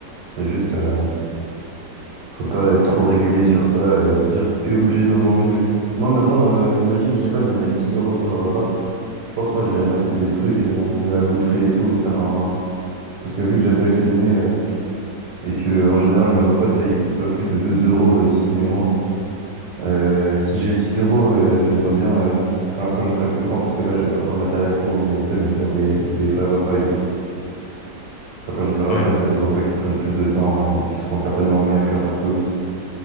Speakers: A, on the right; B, on the left.
A: C'est
B: ouais,
A: juste,
B: ça va.
A: euh, faut pas être trop régulier sur ça et se dire que t'es obligé d'en manger. Moi, maintenant, euh, imagine, je sais pas, je dois mettre 10 euros dans un repas. Je pense, moi, j'irai m'acheter des trucs, euh, à la boucherie et tout, me faire un... Parce que vu que j'aime bien cuisiner, euh, et que, en général, mes repas, tu sais, ils coûtent pas plus de 2 euros, euh, si ce n'est moins. Euh, si j'ai 10 euros, euh, j'aimerais bien, euh, enfin, quand je serai plus grand, parce que là, j'ai pas trop le matériel pour, mais tu sais, me faire des, des vrais repas et tout. Enfin, quand je dis vrais
B: Ouais.
A: repas, c'est des repas qui prennent plus de temps et qui seront certainement meilleurs qu'un fast-food.